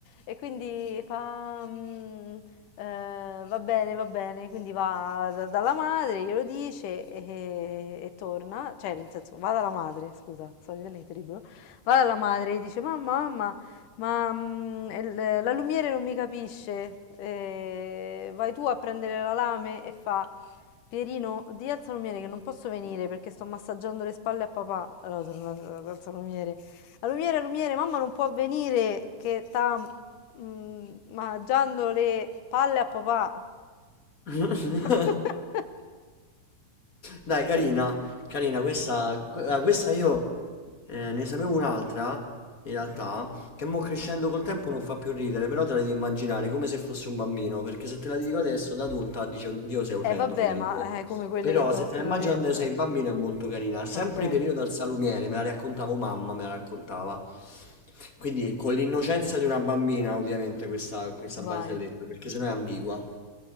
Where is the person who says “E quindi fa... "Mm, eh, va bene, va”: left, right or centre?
Left